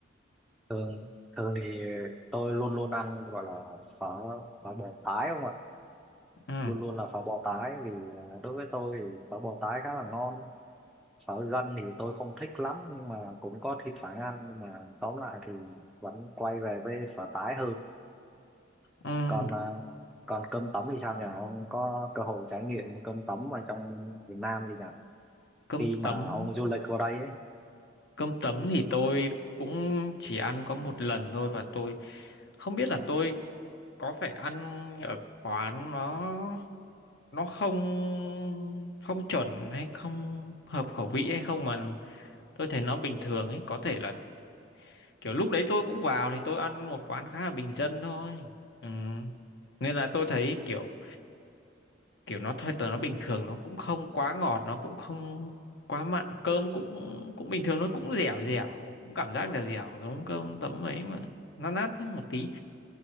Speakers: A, in the centre; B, on the left (about 60°).
A: thường thường thì tôi luôn luôn ăn gọi là phở phở bò tái không ạ
B: ừ,
A: luôn luôn là phở bò tái vì à, đối với tôi thì phở bò tái khá là ngon phở gân thì tôi không thích lắm nhưng mà cũng có thi thoảng ăn nhưng mà tóm lại thì vẫn quay về với phở tái hơn
B: ừ.
A: còn à, còn cơm tấm thì sao nhỉ ông có cơ hội trải nghiệm cơm tấm ở trong Việt Nam gì nhỉ
B: cơm
A: khi mà
B: tấm
A: ông du lịch qua đây ấy
B: Cơm tấm thì tôi cũng chỉ ăn có một lần thôi và tôi không biết là tôi có phải ăn ở quán nó nó không không chuẩn hay không hợp khẩu vị hay không mà tôi thấy nó bình thường ấy có thể là kiểu lúc đấy tôi cũng vào thì tôi ăn một quán khá là bình dân thôi ừ. Nên là tôi thấy kiểu kiểu nó thật là nó bình thường nó cũng không quá ngọt nó cũng không quá mặn cơm cũng cũng bình thường nó cũng dẻo dẻo cũng cảm giác dẻo dẻo giống cơm tấm ấy mà nó nát hơn một tí